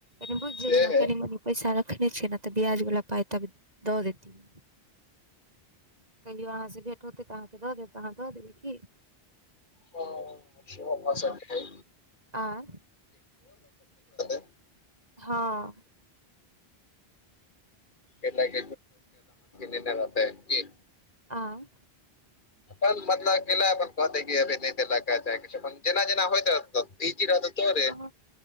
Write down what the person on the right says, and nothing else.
एखन
बुइझ जेबै ने
कनिमनी- पैसा रखने छियै ने तऽ ब्याज बला पाइ ताबे दऽ देैतियै। कहियो आहाँसे भेट होतै तऽ आहाँके दऽ देब तऽ आहाँ दऽ देबै की।
हँ
आँय
हँ।
आँ
हँ,